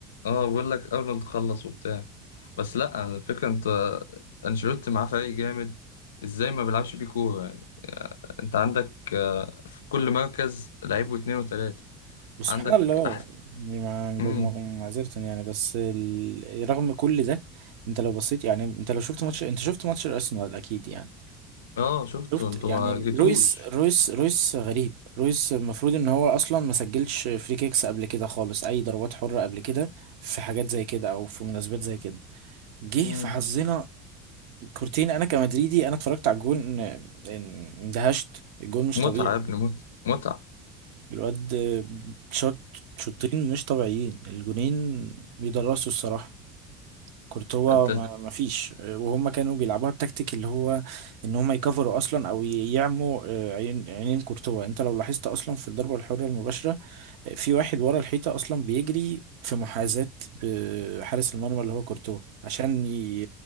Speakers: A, on the left (about 80°); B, on the right (about 70°).
A: آه، بقول لك ارنولد خلص وبتاع بس لا الفكره انت انشيلوتي معاه فريق جامد ازاي ما بيلعبش بيه كوره يعني آه، انت عندك آه، في كل مركز لعيب واثنين وثلاثه
B: بس سبحان
A: عندك
B: الله
A: احسن
B: يعني مع بم-
A: امم
B: معذرة يعني بس ال... رغم كل ده انت لو بصيت يعني انت لو شفت ماتش انت شفت ماتش الارسنال اكيد يعني
A: اه شفتوا
B: شفت
A: انتوا
B: طبعا يعني
A: ما جيتوش
B: رويس رويس رويس غريب رويس المفروض ان هو اصلا ما سجلش فري كيكس قبل كده خالص اي ضربات حرة قبل كده في حاجات زي كده او في مناسبات زي كده جه
A: امم
B: في حظنا كورتين انا كمدريدي انا اتفرجت على الجون ان- اندهشت الجون مش
A: متعه
B: لا طبيعي
A: يا ابني متعه متعه
B: الواد شوت شوطين مش طبيعيين الجونين بيدرسوا الصراحة كورتوا
A: انت
B: ما ما فيش وهم كانوا بيلعبوها بتكتيك اللي هو ان هم يكفروا اصلا او يعموا آه، عين عينين كورتوا انت لو لاحظت اصلا في الضربة الحرة المباشرة آه، في واحد ورا الحيطة اصلا بيجري في محاذاة بحارس المرمى اللي هو كورتوا عشان ي-